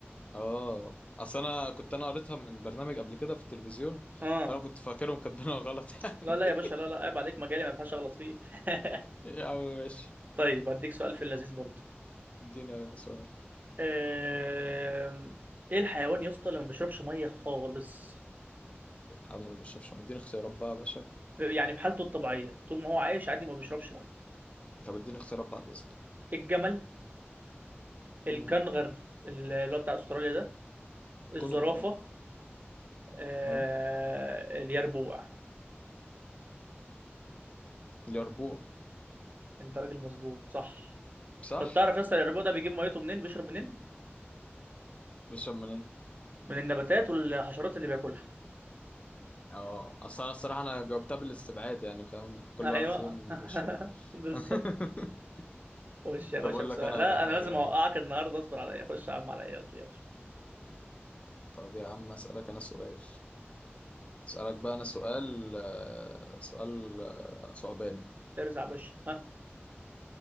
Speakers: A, on the left (about 30°); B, on the right (about 45°).
A: اه اصل انا كنت انا قريتها من برنامج قبل كده في التلفزيون
B: اه
A: فانا كنت فاكرهم كاتبينها غلط <laughs> يعني
B: لا لا يا باشا لا لا عيب عليك مجالي ما ينفعش اغلط فيه <laughs>
A: يا عم ماشي
B: طيب هديك سؤال في اللذيذ برضه
A: اديني سؤال
B: آم، ايه الحيوان يا اسطى اللي ما بيشربش ميه خالص
A: حاضر ما بشربش اديني اختيارات بقى يا باشا
B: يعني في حالته الطبيعية طول ما هو عايش عادي ما بيشربش ميه
A: طب اديني اختيارات بعد اذنك
B: الجمل الكنغر
A: امم
B: اللي هو بتاع استراليا ده الزرافه
A: كنغر اه
B: آه...
A: اه
B: اليربوع
A: اليربوع
B: انت راجل مظبوط صح
A: صح
B: طب تعرف يا اسطى اليربوع ده بيجيب ميته منين بيشرب منين
A: بيشرب من ايه
B: من النباتات والحشرات اللي بياكلها
A: اه اصل انا الصراحه انا جاوبتها بالاستبعاد يعني فاهم كل
B: ايوه
A: واحد فيهم
B: <laughs>
A: بيشرب
B: بالظبط
A: <laughs>
B: خش يا باشا
A: طب اقول
B: بسؤال
A: لك انا
B: لا
A: على حاجه
B: انا لازم اوقعك النهارده اصبر عليا خش يا عم عليا يلا يلا.
A: طب يا عم اسالك انا سؤال اسألك بقى أنا سؤال آه، سؤال آه، صعباني
B: ارزع يا باشا ها